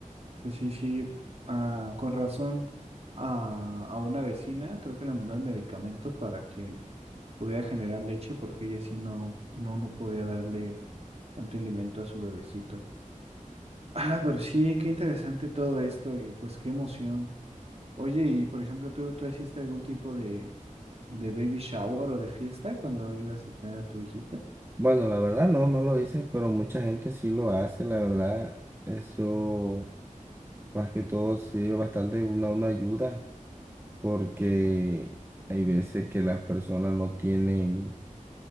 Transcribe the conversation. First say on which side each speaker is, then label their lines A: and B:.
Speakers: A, on the right; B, on the right.
A: que sí, sí, ah, con razón a, a una vecina creo que le mandaron medicamento para que pudiera generar leche porque ella sí no, no, no podía darle tanto alimento a su bebecito. Ah, pero sí, qué interesante todo esto y pues qué emoción. Oye, y por ejemplo, ¿tú, tú hiciste algún tipo de, de baby shower o de fiesta cuando ibas a tener a tu hijita?
B: Bueno, la verdad no, no lo hice, pero mucha gente sí lo hace, la verdad, eso. Más que todo sirve bastante una, una ayuda porque hay veces que las personas no tienen,